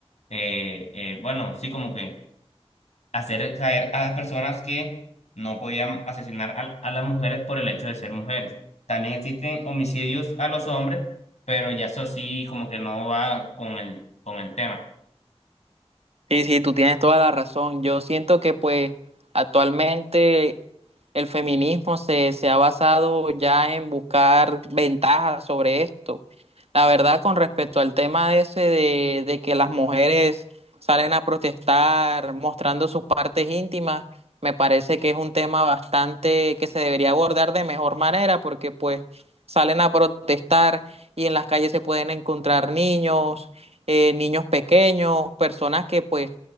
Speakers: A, on the left (about 90°); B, on the right (about 65°).
A: eh, eh, bueno, sí, como que hacer caer a las personas que no podían asesinar al- a, las mujeres por el hecho de ser mujeres. También existen homicidios a los hombres, pero ya eso sí, como que no va con el, con el tema.
B: Sí, sí, tú tienes toda la razón. Yo siento que pues actualmente el feminismo se, se ha basado ya en buscar ventajas sobre esto. La verdad, con respecto al tema ese de, de que las mujeres salen a protestar mostrando sus partes íntimas, me parece que es un tema bastante que se debería abordar de mejor manera porque pues salen a protestar y en las calles se pueden encontrar niños eh, niños pequeños, personas que pues